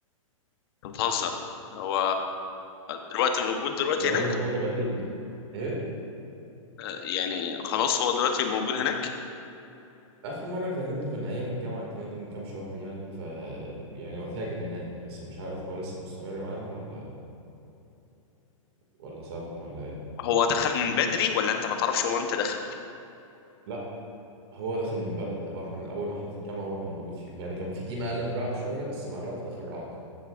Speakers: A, on the left (about 45°); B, on the right (about 50°).
A: انت بتهزر هو دلوقتي موجود دلوقتي
B: واخد
A: هناك
B: الموضوع بجد ايه
A: آه، يعني خلاص هو دلوقتي موجود هناك
B: اخر مره كلمته كان ايام الجامعه الكلام ده من كام شهر يعني ف يعني وقتها كان هناك بس مش عارف هو لسه مستمر معاهم ولا ولا سابهم ولا ايه
A: هو دخل من بدري ولا انت ما تعرفش هو امتى دخل
B: لا هو دخل من بدري ده هو احنا من اول ما احنا في الجامعه هو كان موجود فيهم يعني كان في تيم اقل من رعد شويه بس مع الوقت دخل رعد